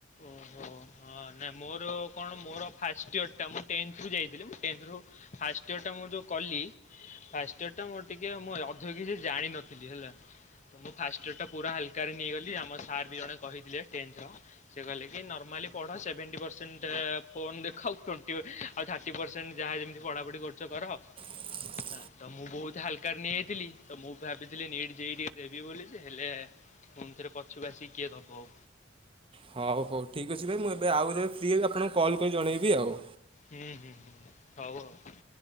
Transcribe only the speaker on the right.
<inaudible>
ହଉ ହଉ ଠିକ୍ ଅଛି ଭାଇ ମୁଁ ଏବେ ଆଉ ଯେବେ ଫ୍ରି ହେଲେ ଆପଣଙ୍କୁ କଲ୍ କରି ଜଣେଇବି ଆଉ।